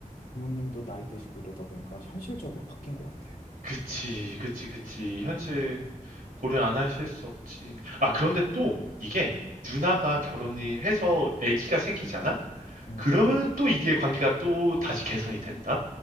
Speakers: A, on the left; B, on the right.
A: 부모님도 나이 드시고 이러다 보니까 현실적으로 바뀐 것 같아.
B: 그치, 그치, 그치. 현실 고려 안 하실 수 없지. 아, 그런데 또 이게 누나가 결혼을 해서 아기가 생기잖아?
A: 음.
B: 그러면은 또 이게 관계가 또 다시 개선이 된다?